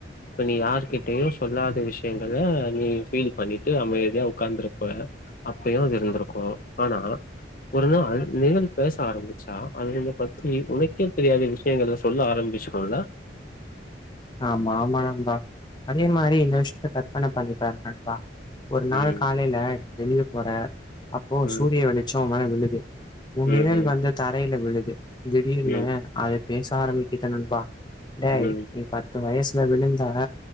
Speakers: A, on the left (about 50°); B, on the left (about 25°).
A: இப்ப நீ யார்கிட்டயு சொல்லாத விஷயங்கல நீ பீல் பண்ணிட்டு அமைதியா உட்காந்துருப்ப அப்பயு அது இருந்திருக்கு ஆனா ஒரு நாள் அ நிழல் பேச ஆரம்பிச்சா அது பத்தி உனக்கே தெரியாத விஷயங்கல சொல்ல ஆரம்பிச்சுருல
B: ஆமா ஆமா நண்பா அதே மாரி இந்த விஷயத்த கற்பன பண்ணி பாரு நண்பா ஒரு நாள்
A: ம்
B: காலேல வெளிய போறே அப்போ
A: ம்
B: சூரிய வெளிச்சோ மேல நின்னு உன் நிழல்
A: ம் ம்
B: வந்து தரையில விழுது <inaudible> திடிர்னு
A: ம்
B: ஆயி பேச ஆரம்பிக்கிது நண்பா டேய்
A: ம்
B: பத்து வயசுல விழுந்தாக